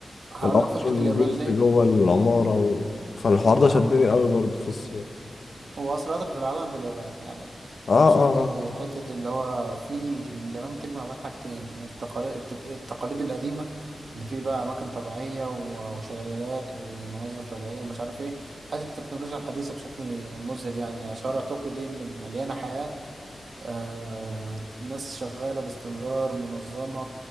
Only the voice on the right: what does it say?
هقول
لك فكرة
اليابان
ليه
لا
هو
هو أسرع قطر في العالم في اليابان يعني
لما شفت
حتة اللي هو في إن اليابان بتجمع بين حاجتين التقاليد, التق- التقاليد القديمة إن في بقى أماكن طبيعية و- وشلالات ومناظر طبيعية ومش عارف إيه حتة التكنولوجيا الحديثة بشكل مذهل يعني, يعني شوارع طوكيو دي إن مليانة حياة آه ناس شغالة باستمرار منظمة